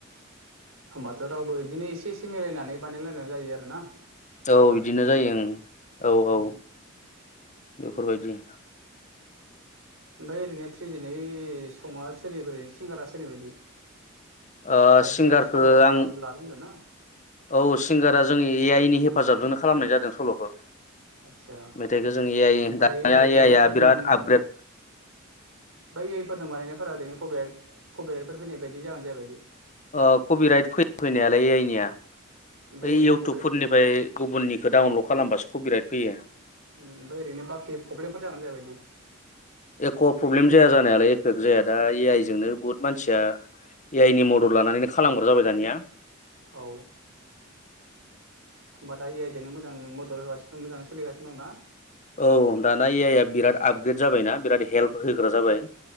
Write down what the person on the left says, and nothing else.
औ
बिदिनो जायो ओम औ
औ बेफोरबायदि
ओ
सिंगारखौ
आं
औ सिंगारा जों ए आइ नि हे हफाजाबजोंनो खालामनाय जादों सल'खौ।
मेथाइखौ
जों ए आइ
दानिया
ए आइ आ
बिराद
आपग्रेड
ओ कबिराइट फै फैनायालाय ए आइ निया।
ओइ
इउटुबफोरनिफाय
गुबुननिखो डाउनलड खालामबासो कपिराइट फैयो।
एख' प्रब्लेम जाया जानायालाय एफेक्ट जाया दा ए आइ जोंनो बुहुत मानसिया ए आइ नि मदद लानानैनो खालामग्रा जाबाय दानिया। <inaudible>
औ दाना ए आइ आ बिराद आपग्रेद जाबायना बिराद हेल्प होग्रा जाबाय।